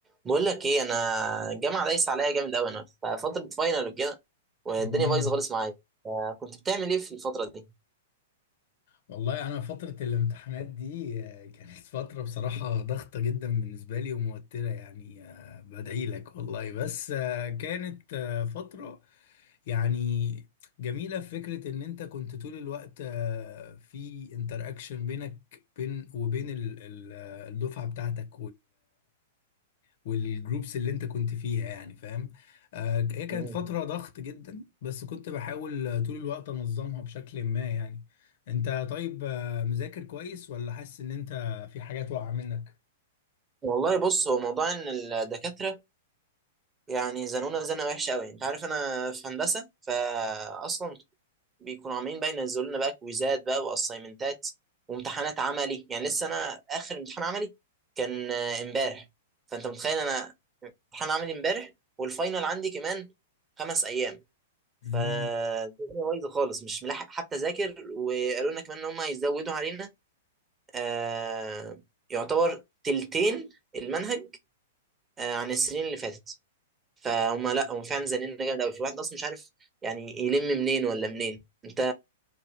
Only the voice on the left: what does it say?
مم.
والله انا فتره الامتحانات دي آه، كانت فتره بصراحه ضغطه جدا بالنسبه لي وموتره يعني آه، بدعي لك والله بس آه، كانت آه، فتره يعني جميله في فكره ان انت كنت طول الوقت آه، في انتراكشن بينك بين وبين ال- ال- آه، الدفعه بتاعتك والجروبس اللي انت كنت فيها يعني فاهم آه، هي كانت
فترة ضغط جدا بس كنت بحاول آه، طول الوقت انظمها بشكل ما يعني انت طيب آه، مذاكر كويس ولا حاسس ان انت في حاجات واقعة منك؟
مم.